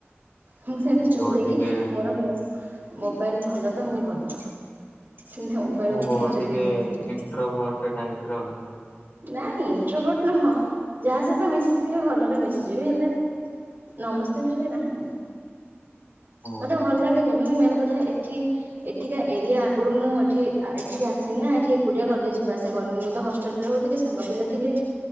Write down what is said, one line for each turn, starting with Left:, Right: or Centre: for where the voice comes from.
Right: ମୁଁ ସେମତି
Left: ଓହୋ
Right: ଚୁପ ହେଇକି
Left: ଟିକେ
Right: ମୋ ମୋବାଇଲ ଭଲ ତ ମୁଁ ଭଲ। <unintelligible> ମିବାଇଲକୁ
Left: ଓହୋ
Right: କେଞ୍ଚୁ
Left: ଟିକେ
Right: ଥିବି ବସିକି।
Left: ଇଣ୍ଟ୍ରୋଭଟ ଟାଇପ ର
Right: ନାହିଁ ଇଣ୍ଟ୍ରୋଭୋଟ ନୁହଁ ଯାହା ସହିତ ମିଶିଥିବି ଭଲରେ ମିଶିଯିବି ହେଲେ ନମସ୍ତେ ବି ଯଦି ନାହିଁ
Left: ଓହୋ।
Right: ମତେ ଭଲ ଲାଗେନି ମୁଁ ମେନ କଥା ଏଠି ଏଠିକା ଏରିଆ ଆଗୁରୁ ମୁଁ ଏଠି ଏଠିକି ଆସିନି ନା ଏଠି ଏକୁଟିଆ କଲେଜ ଯିବା ଆସିଵା କରନି ମୁଁ ତ ହ <unintelligible> ରହୁଥିଲି ସାଙ୍ଗ ପିଲା ଥିଲେ